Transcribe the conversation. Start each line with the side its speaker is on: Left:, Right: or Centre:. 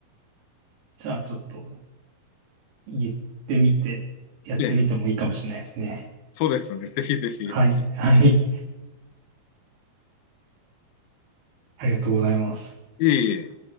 Right: じゃあちょっと言ってみて、やってみてもいいかもしれないですね。
Left: <laughs>。ええ、そうですね。ぜひぜひ、
Right: はい。
Left: おすすめします。
Right: はい。ありがとうございます。
Left: いえいえ。